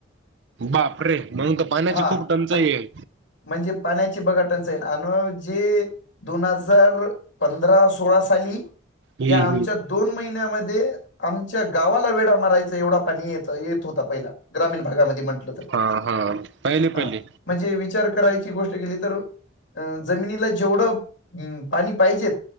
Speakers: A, on the right; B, on the left.
A: बाप रे मग तर पाण्याची
B: हा
A: खूप टंचाई
B: म्हण-
A: आहे.
B: म्हणजे पाण्याची बघा टंचाई अन जे दोन हजार पंधरा सोळा साली
A: हम्म
B: या आमच्या
A: हम्म
B: दोन महिन्यामध्ये आमच्या गावाला वेडा मारायचा एवढा पाणी येत येत होत. पहिला ग्रामीण भागामध्ये म्हंटलं तर
A: हा हा पहिले
B: हा.
A: पहिले
B: म्हणजे विचार करायची गोष्ट केेली तर अ जमिनीला जेवढं हम्म पाणी पाहिजेत